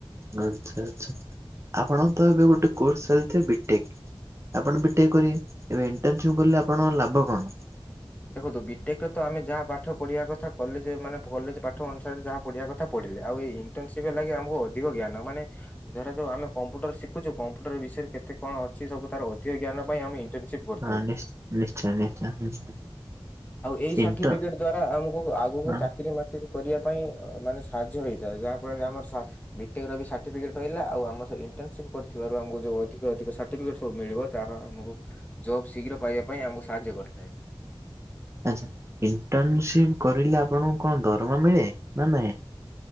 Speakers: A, on the right; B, on the left.
A: ଆଛା, ଆଛା, ଆପଣଙ୍କ ତ ଏବେ ଗୋଟେ କୋର୍ସ ଚାଲିଛି ବିଟେକ୍। ଆପଣ ବିଟେକ୍ କରିବେ ଏବେ ଇଣ୍ଟନସିପ କଲେ ଆପଣଙ୍କ ଲାଭ କଣ?
B: ଦେଖନ୍ତୁ ବିଟେକରେ ତ ଆମେ ଯାହା ପାଠ ପଢିବା କଥା, କଲେଜ ମାନେ କଲେଜ ପାଠ ଅନୁସାରେ ଯାହା ପଢିବା କ ପଢିଲେ ଆଉ ଏଇଣ୍ଟର୍ନସିପ ହେଲାକି ଆମକୁ ଅଧିକ ଜ୍ଞାନ ମାନେ ଧରା ଯାଉ ଆମେ କମ୍ପ୍ୟୁଟର ଶିଖୁଛୁ, କମ୍ପ୍ୟୁଟର ବିଷୟରେ କେତେ କଣ ଅଛି ସବୁ ତାର ଅଧିକ ଜ୍ଞାନ ପାଇଁ ଆମ ସିପ କରିଥାଉ।
A: ହଁ ନିଶ୍ଚୟ <unintelligible>
B: ଆଉ ଏଇ ସାର୍ଟିଫିକେଟ
A: ଇଣ୍ଟ
B: ଦ୍ଵାରା ଆମକୁ ଆଗକୁ
A: ହଁ
B: ଚାକିରି ମାକିରି କରିବା ପାଇଁ ମାନେ ସାହାଯ୍ୟ ହେଇଥାଏ, ଯାହାଫଳରେ ଆମର ସା ବି ଟେ କ ବି ସାର୍ଟିଫିକେଟ ପାଇଲା ଆଉ ଆମ ସ କରିଥିବାରୁ ଆମକୁ ଜଉ ଅଧିକ ଅଧିକ ସା ସାର୍ଟିଫିକେଟ ସବୁ ମିଳିବ ତାହା ଆମକୁ ଜବ୍ ଶୀଘ୍ର ପାଇବା ପାଇଁ ଆମକୁ ସାହାଯ୍ୟ କରିଥାଏ।
A: ଆଛା, ଇଣ୍ଟରନସିପ କରିଲେ ଆପଣଙ୍କୁ କଣ ଦରମା ମିଳେ ନା ନାଇଁ?